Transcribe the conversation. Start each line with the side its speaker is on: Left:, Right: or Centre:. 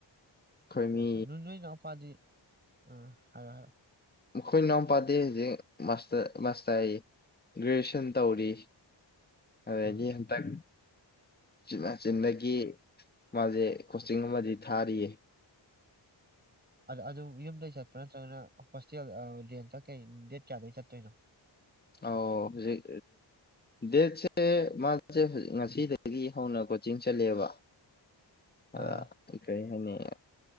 Left: ꯑꯩꯈꯣꯏ
Right: <unintelligible>
Left: ꯃꯤ
Right: ꯅꯣꯏ ꯅꯣꯏꯅꯄꯥꯗꯤ ꯑ ꯍꯥꯏꯑꯣ ꯍꯥꯏꯔꯣ
Left: ꯃꯈꯣꯏ ꯅꯥꯎ ꯄꯥꯗꯦ ꯍꯧꯖꯤꯛ ꯃꯥꯁꯇ ꯒ꯭ꯔꯦꯖꯨꯦꯁꯟ ꯇꯧꯔꯤ
Right: ꯎꯝ
Left: ꯑꯗꯤ ꯍꯇꯛ ꯃꯆꯤꯟꯗꯒꯤ ꯃꯥꯁꯦ ꯀꯣꯆꯤꯡ ꯑꯃꯗꯤ ꯊꯥꯔꯤꯌꯦ
Right: ꯑꯗꯨ ꯌꯨꯝꯗꯒꯤꯩ ꯆꯠꯄ꯭ꯔꯥ ꯅꯠꯇ꯭ꯔꯒꯅ ꯍꯣꯁꯇꯦꯜ ꯔꯦꯟꯇ ꯀꯩ ꯗꯦꯠ ꯀꯌꯥꯗꯒꯤꯩ ꯆꯠꯇꯣꯏꯅꯣ
Left: ꯑꯣ ꯍꯧꯖꯤꯛ ꯗꯦꯠꯁꯦ ꯃꯥꯦꯖꯤꯛ ꯉꯁꯤꯗꯒꯤ ꯍꯧꯅ ꯀꯣꯆꯤꯡ ꯆꯠꯂꯦꯕ ꯑꯗ
Right: ꯑꯥ
Left: ꯀꯩ ꯍꯥꯏꯅꯤ